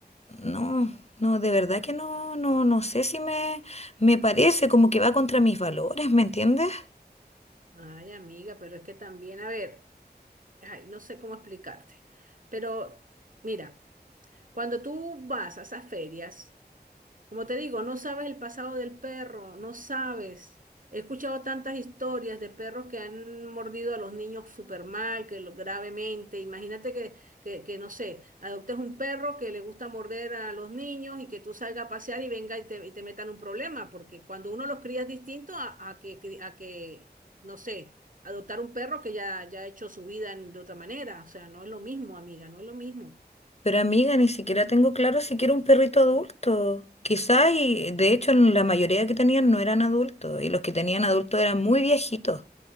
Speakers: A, on the left; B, on the right.
A: No, no, de verdad que no, no, no sé si me, me parece como que va contra mis valores, ¿me entiendes?
B: Ay, amiga, pero es que también, a ver. ay, no sé cómo explicarte, pero mira, cuando tú vas a esas ferias, como te digo, no sabes el pasado del perro, no sabes. He escuchado tantas historias de perros que han mordido a los niños súper mal, que lo, gravemente. Imagínate que, que, que, no sé, adoptes un perro que le gusta morder a los niños y que tú salgas a pasear y venga y te, y te metan un problema, porque cuando uno los cría es distinto a, a que, cri- a que, no sé, adoptar un perro que ya, ya ha hecho su vida en- de otra manera. O sea, no es lo mismo, amiga, no es lo mismo.
A: Pero amiga, ni siquiera tengo claro si quiero un perrito adulto. Quizás, y de hecho la mayoría que tenían no eran adultos, y los que tenían adultos eran muy viejitos.